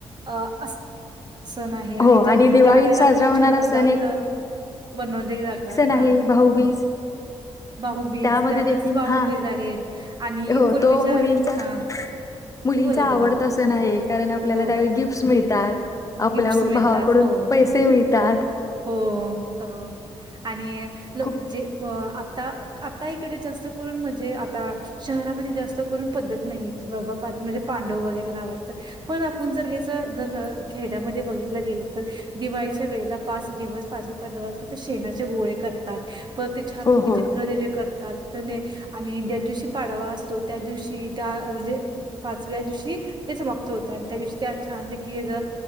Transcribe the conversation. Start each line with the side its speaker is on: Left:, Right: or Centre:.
Right: अ अस सण आहे आणि
Left: हो
Right: त्या
Left: दिवाळीत
Right: त्यावेेळेला
Left: साजरा
Right: खूप
Left: होणार
Right: छान पदार्थ
Left: सण
Right: बनवले जातात
Left: नाही
Right: हा
Left: भाऊबीज
Right: बाहुबीज
Left: त्यामध्ये
Right: त्यातच
Left: देखिल
Right: बाहुबीज
Left: हा
Right: आहेत आणि
Left: हो
Right: पूर्वीच्या
Left: तो मुलीच्या
Right: हा
Left: मुलींच्या
Right: बोला
Left: आवडत
Right: बोला
Left: सण आहे कारण आपल्याला
Right: हो
Left: त्यावेळी
Right: का
Left: गिफ्टस मिळतात आपल्या
Right: गिफ्ट्स मिळतात
Left: भावाकडून
Right: हो
Left: पैसे मिळतात
Right: हो हो आणि
Left: खूप
Right: जे आता आता इकडे जास्त करून म्हणजे आता शहरामध्ये जास्त करून पद्धत नाही की बाबा म्हणजे पांडव वगैर लावायचं पण आपण जर जर जर खेड्यामध्ये बघितलं गेलं तर दिवाळीच्या वेळेला पाच दिवस पाचे पांडवांचे शेणाचे गोळे करतात तर ते छानपैकी
Left: हो हो.
Right: चित्र ते जे करतात आणि ज्या दिवशी पाडवा असतो त्या दिवशी त्या म्हणजे पाचव्या दिवशी समाप्त होतात त्या दिवशी त्या छानपैकी